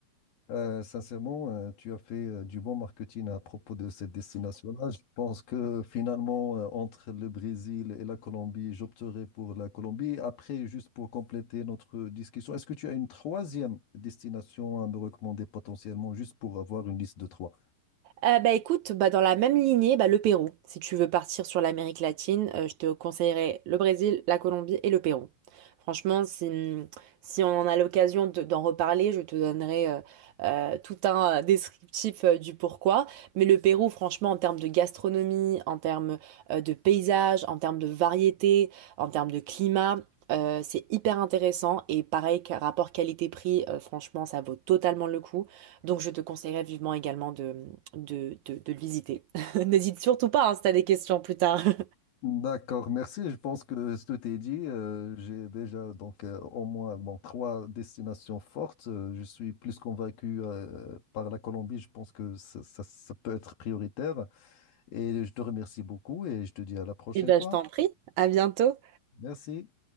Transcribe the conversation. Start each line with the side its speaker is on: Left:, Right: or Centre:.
Left: Euh, sincèrement, euh, tu as fait euh, du bon marketing à propos de cette destination-là. Je pense que finalement, euh, entre le Brésil et la Colombie, j'opterai pour la Colombie. Après, juste pour compléter notre discussion, est-ce que tu as une troisième destination à me recommander potentiellement, juste pour avoir une liste de trois?
Right: Euh, bah écoute, bah dans la même lignée, bah le Pérou. Si tu veux partir sur l'Amérique latine, euh, je te conseillerais le Brésil, la Colombie et le Pérou. Franchement, si, si on en a l'occasion de- d'en reparler, je te donnerai euh, euh, tout un euh, descriptif euh, du pourquoi. Mais le Pérou, franchement, en termes de gastronomie, en termes euh, de paysage, en termes de variété, en termes de climat, euh, c'est hyper intéressant. Et pareil, qu'un rapport qualité-prix, euh, franchement, ça vaut totalement le coup. Donc, je te conseillerais vivement également de, de, de, de le visiter. <laughs> N'hésite surtout pas, hein, si tu as des questions plus tard. <laughs>
Left: D'accord, merci. Je pense que ce que t'es dit, euh, j'ai déjà donc euh, au moins bon, trois destinations fortes. Euh, je suis plus convaincu euh, par la Colombie. Je pense que ça, ça- ça peut être prioritaire. Et je te remercie beaucoup et je te dis à la prochaine
Right: Et ben,
Left: fois.
Right: je t'en prie. À bientôt.
Left: Merci.